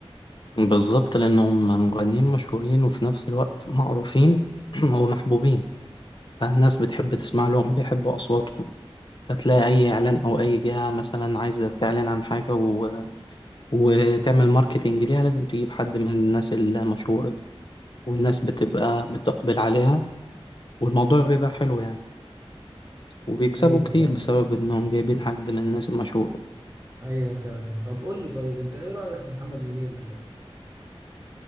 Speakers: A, on the left; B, on the right.
A: بالظبط لأنهم مغنيين مشهورين وفي نفس الوقت معروفين <clears throat> ومحبوبين فالناس بتحب تسمع لهم بيحبوا أصواتهم فتلاقي أي إعلان أو أي جهة مثلا عايزة تعلن عن حاجة و... وتعمل ماركتينج ليها لازم تجيب حد من الناس المشهورة دي والناس بتبقى بتقبل عليها والموضوع بيبقى حلو يعني وبيكسبوا
B: ايوه
A: كتير
B: فعلا
A: بسبب إنهم جايبين حد من الناس المشهورة دي
B: ايوه فعلا طب قول لي طيب انت ايه رايك في محمد منير مثلا